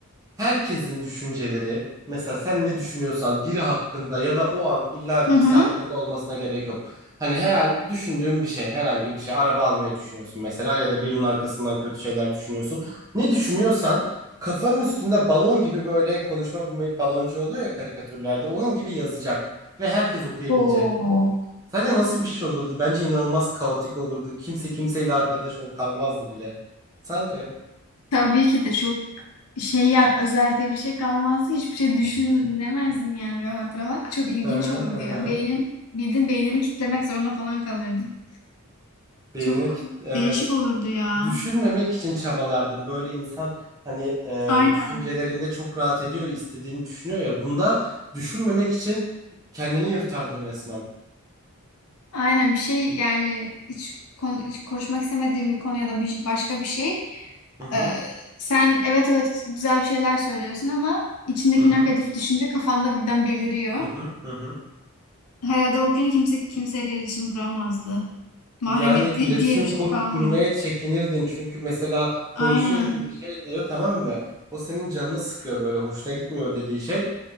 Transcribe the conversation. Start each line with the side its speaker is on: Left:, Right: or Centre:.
Right: herkesin düşünceleri mesela sen ne düşünüyorsan biri hakkında ya da o an illa birisi
Left: Hı hı.
Right: hakkında olmasına gerek yok. Hani herhal düşündüğün bir şey herhangi bir şey araba almayı düşünüyorsun mesela ya da birinin arkasından kötü şeyler düşünüyorsun. Ne düşünüyorsan kafanın üstünde balon gibi böyle konuşma baloncu oluyor ya karikatürlerde onun gibi yazacak ve herkes okuyabilecek.
Left: Oo.
Right: Sence nasıl bir şey olurdu? Bence inanılmaz kaotik olurdu. Kimse kimseyle arkadaş ol kalmazdı bile. Sence?
Left: Tabii ki de çok şey ya özel diye bir şey kalmazdı. Hiçbir şey düşünemezdin yani rahat rahat. Çok ilginç
Right: Hı hı
Left: olurdu
Right: hı. hı.
Left: ya. Beynin bildiğin beynini kitlemek zorunda falan kalırdın.
Right: Beynini
Left: Çok
Right: kit- evet.
Left: değişik olurdu ya.
Right: düşünmemek için çabalardım. Böyle insan hani e,
Left: Aynen.
Right: düşüncelerinde çok rahat ediyor, istediğini düşünüyor ya. Bunda düşünmemek için kendini yırtardın resmen.
Left: Aynen bir şey yani hiç, konu, hiç konuşmak istemediğim bir konu ya da bir, başka bir şey.
Right: Hı hı,
Left: Ee, sen evet evet güzel bir şeyler söylüyorsun ama içindeki
Right: hı hı,
Left: negatif düşünce kafanda birden beliriyor.
Right: hı hı, hı hı.
Left: Herhalde o gün kimse kimseyle iletişim kuramazdı. Mahremiyet
Right: Yani iletişim
Left: di- diye bir şey
Right: kur-
Left: kalmıyor.
Right: kurmaya çekinirdin. Çünkü mesela konuşuyorsun
Left: Aynen.
Right: bir şey diyor tamam mı? O senin canını sıkıyor böyle hoşuna gitmiyor o dediği şey.